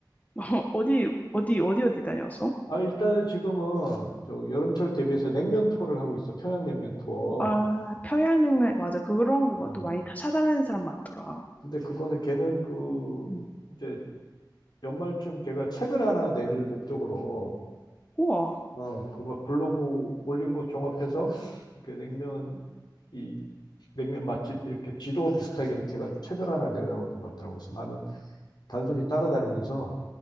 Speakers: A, on the left; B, on the left.
A: <laughs> 어디 어디 어디 어디 다녔어?
B: 아 일단은 지금은 저 여름철 대비해서 냉면 투어를 하고 있어 평양냉면 투어.
A: 아, 평양냉면, 맞아. 그런 거
B: 어.
A: 또 많이 타- 찾아다니는 사람 많더라.
B: 근데 그거는 걔는 그
A: 음.
B: 이제 연말쯤 걔가 책을 하나 낼 목적으로
A: 우와,
B: 어그 막 블로그 올린 거 종합해서 이렇게 냉면 이 냉면 맛집 이렇게 지도 비슷하게 이렇게 해가지고 책을 하나 내려고 든 것 같더라고요. 그래서 나는 단순히 따라다니면서